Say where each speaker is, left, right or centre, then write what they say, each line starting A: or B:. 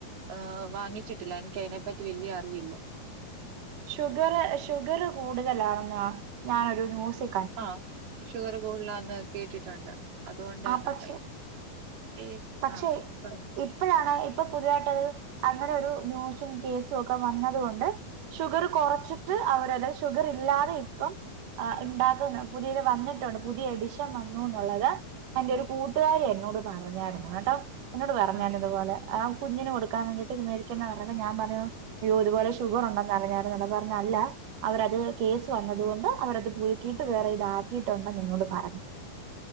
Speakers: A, on the right; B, on the right.
A: ആഹ് വാങ്ങിച്ചിട്ടില്ല എനിക്ക് അതിനെപ്പറ്റി വല്യ അറിവില്ല
B: ഷുഗർ ഷുഗർ കൂടുതലാണെന്ന ഞാനൊരു ന്യൂസി
A: ആഹ് ഷുഗർ കൂടുലാന്ന് കേട്ടിട്ടുണ്ട് അതുകൊണ്ട്
B: ആ
A: തന്നെ
B: പക്ഷെ
A: ഈ
B: പക്ഷെ
A: ആഹ് പറഞ്ഞോ
B: ഇ പ്പഴാണ് ഇപ്പൊ പുതുതായിട്ടത് അങ്ങനെ ഒരു ന്യൂസും കേസും ഒക്കെ വന്നത് കൊണ്ട് ഷുഗർ കൊറച്ചിട്ട് അവരത് ഷുഗർ ഇല്ലാതെ ഇപ്പം ആഹ് ഇണ്ടാക്ക്ന്ന് പുതിയത് വന്നിട്ടുണ്ട് പുതിയ എഡിഷൻ വന്നുന്നുള്ളത് എന്റെ ഒരു കൂട്ടുകാരി എന്നോട് പറഞ്ഞായിരുന്നു കേട്ടോ എന്നോട് പറഞ്ഞാണ്
A: ആഹ് ഉം
B: ഇതുപോലെ ആഹ് കുഞ്ഞിന് കൊടുക്കാൻ വേണ്ടിട്ട് ഇത് മേടിക്കന്നെ പറഞ്ഞപ്പോ ഞാൻ പറഞ്ഞു അയ്യോ ഇതുപോലെ ഷുഗർ ഉണ്ടെന്ന് പറഞ്ഞു ഞാൻ എന്നിട്ട് പറഞ്ഞു അല്ല അവരത് കേസ് വന്നതുകൊണ്ട് അവരത് പുതുക്കീട്ട് വേറെ ഇതാക്കിയിട്ടുണ്ടെന്ന് എന്നോട് പറഞ്ഞു